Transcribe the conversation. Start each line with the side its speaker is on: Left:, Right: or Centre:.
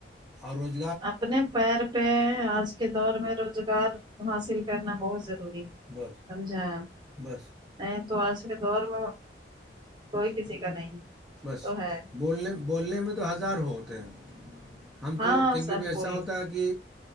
Centre: اور روز
Right: اپنے پیر پہ آج کے دور میں روزگار حاصل کرنا بہت ضروری ہے
Centre: بس
Right: سمجھا
Centre: بس
Right: ا تو آ کے دور میں کوئی کسی کا نہیں
Centre: بس
Right: تو ہے
Centre: بولنے بولنے میں تو ہزار ہو ہوتے ہیں ہم
Right: ہاں
Centre: تو کبھی
Right: سب
Centre: کبھی ایسا
Right: کوئی
Centre: ہوتا ہے کہ